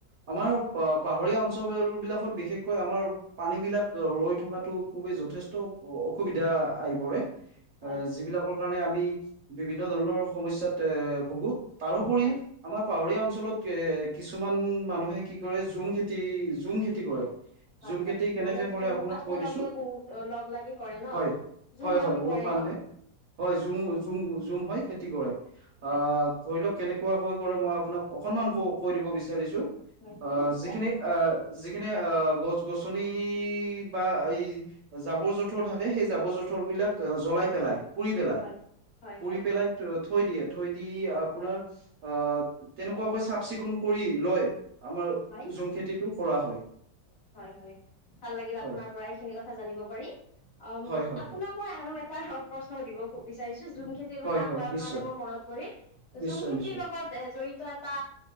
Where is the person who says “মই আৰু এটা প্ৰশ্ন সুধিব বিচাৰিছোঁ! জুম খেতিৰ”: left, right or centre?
Left